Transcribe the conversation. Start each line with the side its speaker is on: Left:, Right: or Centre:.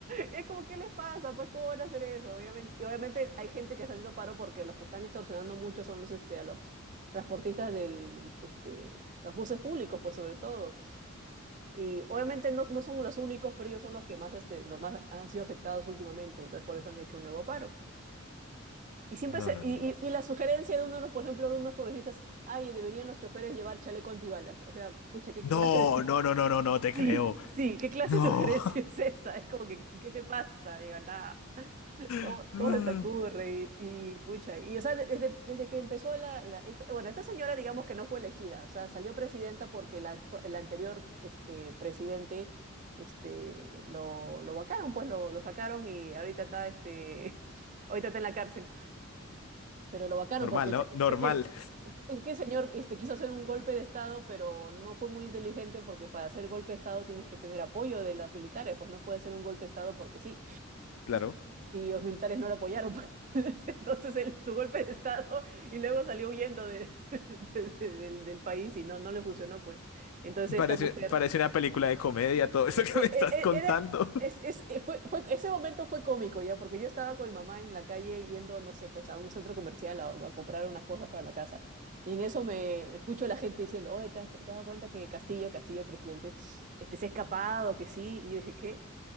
Right: es como, ¿qué les pasa? Pues, ¿cómo van a hacer eso? Obviamente, y obviamente hay gente que está haciendo paro porque los que están extorsionando mucho son los, este, a los transportistas del, este, los buses públicos, pues, sobre todo. Y obviamente no, no son los únicos, pero ellos son los que más, este, los más han sido afectados últimamente, entonces por eso han hecho un nuevo paro. Y siempre
Left: No,
Right: se-
Left: no,
Right: y,
Left: no.
Right: y- y la sugerencia de uno, de los, por ejemplo, de unos congresistas, ay, deberían los choferes llevar chaleco antibalas. O sea, pucha, ¿qué
Left: No,
Right: clase de... <laughs>
Left: no, no, no, no, no, no te creo.
Right: Sí, sí, ¿qué clase
Left: No.
Right: de sugerencia es esa? Es como que, ¿qué te pasa? Digo, nada. ¿Cómo,
Left: <laughs>
Right: cómo se te ocurre? Y, y, pucha, y o sea, de- desde, desde que empezó la, la- esta- bueno, esta señora digamos que no fue elegida, o sea, salió presidenta porque la, actu- el anterior este, presidente este, lo, lo vacaron, pues lo, lo sacaron y ahorita está, este, <laughs> ahorita está en la cárcel, pero lo vacaron
Left: Normal,
Right: porque el
Left: ¿no?
Right: se-
Left: Normal.
Right: es que, es que, es que el señor este, quiso hacer un golpe de Estado, pero no fue muy inteligente porque para hacer golpe de Estado tienes que tener apoyo de los militares, pues no puede ser un golpe de Estado porque sí
Left: Claro.
Right: y los militares no lo apoyaron. <laughs> Entonces él- su golpe de estado y luego salió huyendo de- <laughs> de- de- del, del país y no, no le funcionó, pues. Entonces
Left: Parece,
Right: esta mujer
Left: parece una película de comedia todo eso
Right: e-
Left: que
Right: e-
Left: me estás
Right: e-
Left: contando.
Right: e, era... Es, es- eh, fue, fue- ese momento fue cómico ya, porque yo estaba con mi mamá en la calle yendo, no sé, pues a un centro comercial a, a comprar unas cosas para la casa. Y en eso me, me escucho a la gente diciendo, oye, ¿te has, te has dado cuenta que Castillo, Castillo, el presidente, este, se ha escapado, que sí? Y yo dije, ¿qué?